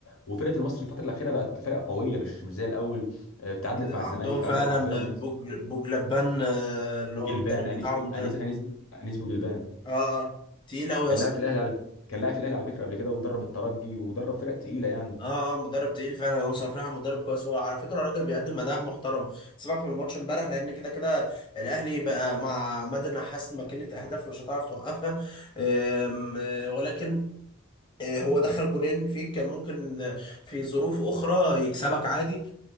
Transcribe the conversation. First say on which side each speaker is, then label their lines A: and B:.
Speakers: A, on the left; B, on the left.
A: وفرقه المصري الفتره الاخيره بقت فرقه قويه مش مش زي الاول اه، تعادلت
B: عندهم
A: مع الزمالك
B: فعلا
A: تعادلت مع بيراميدز
B: بوج بوجلبان آه، اللي
A: بوجلبان
B: هو المدرب
A: انيس
B: بتاعهم
A: بو...
B: ده
A: انيس انيس انيس بوجلبان
B: اه آه. تقيل قوي
A: كان
B: يا اسطى
A: لاعب في الاهلي على كان لاعب في الاهلي على فكره قبل كده ودرب الترجي ودرب فرق تقيله يعني
B: اه آه، مدرب تقيل فعلا هم صارفين على مدرب كويس هو على فكره الراجل بيقدم اداء محترم سيبك من الماتش امبارح لان كده كده الاهلي بقى مع مدى النحاس ماكينه اهداف مش هتعرف توقفها آم، آه، ولكن آه، هو دخل جونين فيك كان ممكن آه، في ظروف اخرى يكسبك عادي